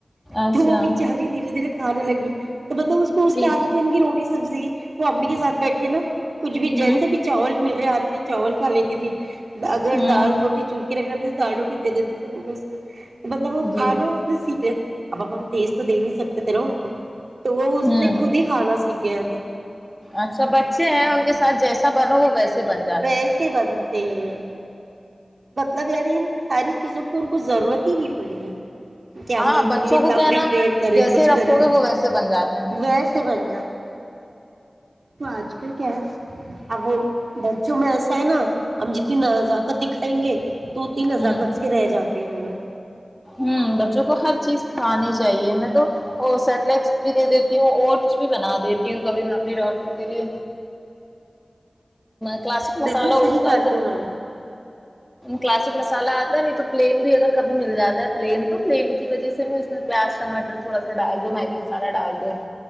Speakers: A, in the centre; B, on the right.
A: اچھا
B: تو وہ بچاری دھیرے دھیرے کھارے لگی تو مطلب اس کو اس
A: جی
B: کی عادت بن گی روٹی سبزی وہ امی کے سھ بیٹھ کے نا کچھ بھی
A: ہوں
B: جیسے بھی چاول مل رہے ہاتھ میں چاول کھا لیتی تھی اگر
A: ہوں
B: دال روٹی چور کے رکھ دال روٹی د دی تو وہ گس مطلب وہ کھانا
A: جی
B: اس نے سیکھ ل اب اب ہم تیز تو دے نہیں سکتے ت نا ان کو تو وہ اس
A: ہوں
B: نے خود ہی کھانا س گیا ب
A: اچھا بچے ہیں ان کے ساتھ جیسا بنو وہ ویسے بن جاتے
B: ویسے
A: ہیں
B: بنتے ہیں مطلب یاری ساری چیزوں پ ان کو ضرورت ہی نہیں پڑی ہے کہ
A: ہاں
B: ہم ان
A: بچوں
B: کے لیے
A: کو
B: ت اپ
A: کیا
B: پریئر
A: ہے نا
B: کریں
A: جیسے
B: کچھ
A: رکھو
B: کریں
A: گے وہ ویسے بن جاتے ہیں
B: ویسے بن جا تو آج کل کیا ہے اب وہ بچوں میں ایسا ہے نا ہم جتنی نزاکت دکھائیں گے تو اتنی نزاکت
A: ہوں
B: سب سے رہ جاتے ہیں ان لوگ
A: ہ بچوں کو ہر چیز کھانی چاہیے میں تو سرلیکس بھی دے دیتی ہوں اوٹس بھی بنا دیتی ہوں کبھی میں اپنے ڈٹر کے لیے کلاسک مسال
B: بالکل
A: اٹتا
B: صحیح کرتے ہو نا
A: کلاسک مسالہ آتا ہے نہیں تو پلین بھی اگر کبھی مل جاتا ہے پلین تو پلین کی وجہ سے س میں اس میں پیاز ٹماٹر تھوڑاال دو میگی میں مسہ ڈال دو